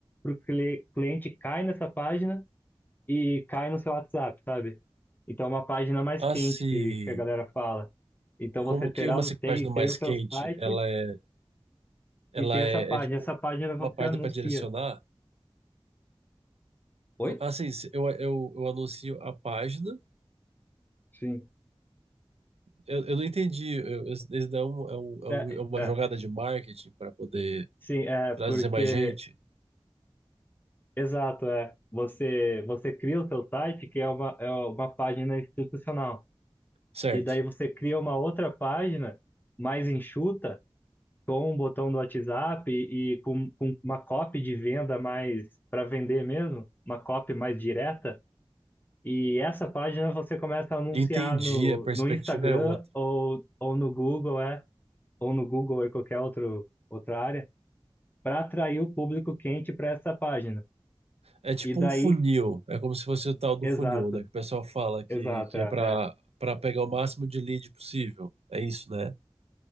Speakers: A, on the left; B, on the right.
A: o cliente cai nessa página e cai no seu WhatsApp, sabe? Então é uma página mais
B: Ah,
A: quente
B: sim.
A: que, que a galera fala. Então
B: Como
A: você terá,
B: que uma
A: tem,
B: página mais
A: tem o seu
B: quente,
A: site
B: ela é, ela
A: e tem
B: é,
A: essa página.
B: é tipo
A: Essa página
B: uma
A: você
B: página
A: anuncia.
B: para direcionar?
A: Oi?
B: Co- Ah, sim, se- eu, eu, eu anuncio a página.
A: Sim.
B: Eu, eu não entendi. Eu, eu- esse daí é, um, é, um, é
A: É,
B: um- é uma
A: é,
B: jogada de marketing para poder
A: sim, é
B: para
A: porque,
B: dizer mais gente,
A: exato, é. Você, você cria o seu site, que é uma, é uma página institucional.
B: certo?
A: E daí você cria uma outra página mais enxuta com o botão do WhatsApp e com, com uma copy de venda mais para vender mesmo, uma copy mais direta. E essa página você começa a anunciar
B: Entendi,
A: no,
B: a perspectiva
A: no Instagram
B: é outra.
A: ou, ou no Google, é, ou no Google ou qualquer outro, outra área, para atrair o público quente para essa página.
B: É tipo
A: E daí,
B: um funil, é como se fosse o tal do
A: exato,
B: funil, né? Que o pessoal fala que,
A: exato,
B: que
A: é,
B: é para
A: é,
B: para pegar o máximo de lead possível. É isso, né?